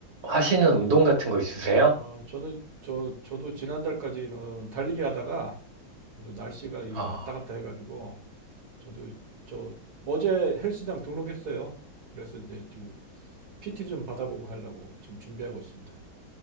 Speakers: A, on the right (about 35°); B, on the right (about 85°).
A: 하시는 운동 같은 거 있으세요?
B: 아, 저는 저 저도 지난달까지는 달리기 하다가 저도 날씨가 이게
A: 아,
B: 왔다 갔다 해가지고 저도 저 어제 헬스장 등록했어요. 그래서 이제 지금 PT 좀 받아보고 하려고 지금 준비하고 있습니다.